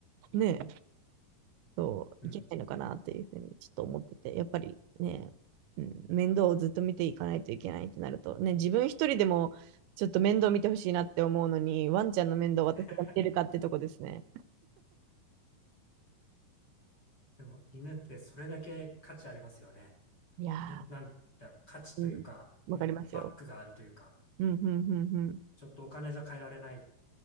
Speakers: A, on the right; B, on the left.
A: ね、そう、
B: うん。
A: いけないのかなっていうふうにちょっと思ってて、やっぱりね、うん、面倒をずっと見ていかないといけないってなると、ね、自分一人でもちょっと面倒見てほしいなって思うのに、ワンちゃんの面倒を私が見てるかってとこですね。
B: <laughs> でも犬ってそれだけ価値ありますよね。
A: いや
B: い、なんだろう、価値というか、
A: ー、うん、わかりますよ。
B: もうバックがあるというか、
A: うん、うん、
B: ちょっとお金じゃ買えられない、